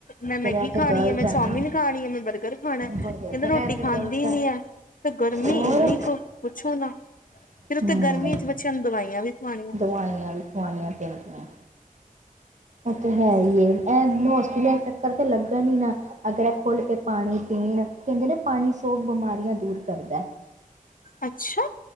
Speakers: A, on the left (about 65°); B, on the right (about 55°).
A: ਮੈਂ ਮੈਗੀ
B: ਫੇਰ ਇਹ ਤੇ
A: ਖਾਣੀ
B: ਗ਼ਲਤ
A: ਐ ਮੈਂ
B: ਹੈ
A: ਚੌਮੀਨ
B: ਨਾ
A: ਖਾਣੀ ਐ ਮੈਂ ਬਰਗਰ ਖਾਣਾ ਕਹਿੰਦਾ
B: ਬੜੇ ਫੇਰ
A: ਰੋਟੀ
B: ਇਹ ਤੇ
A: ਖਾਂਦੀ
B: ਗ਼ਲਤ ਹੈ
A: ਨੀ ਐ। ਤੇ ਗਰਮੀ
B: ਹੋਰ
A: ਏਨੀ ਕੁ ਪੁੱਛੋ ਨਾ ਫਿਰ ਉੱਤੇ
B: ਹੂੰ
A: ਗਰਮੀ ਚ ਬੱਚਿਆਂ ਨੂੰ ਦਵਾਈਆਂ ਵੀ ਖਵਾਣੀਆਂ
B: ਦਵਾਈਆਂ ਵੀ ਖਵਾਣੀਆਂ ਪੈਂਦੀਆਂ। ਉਹ ਤਾਂ ਹੈ ਈ ਏ ਹੋਸਪਿਟਲ ਚੱਕਰ ਤਾਂ ਲੱਗਣ ਈ ਨਾ। ਅਗਰ ਐ ਖੁੱਲ ਕੇ ਪਾਣੀ ਪੀਣ ਕਹਿੰਦੇ ਨਾ ਪਾਣੀ ਸੋ ਬਿਮਾਰੀਆਂ ਦੂਰ ਕਰਦਾ।
A: ਅੱਛਾ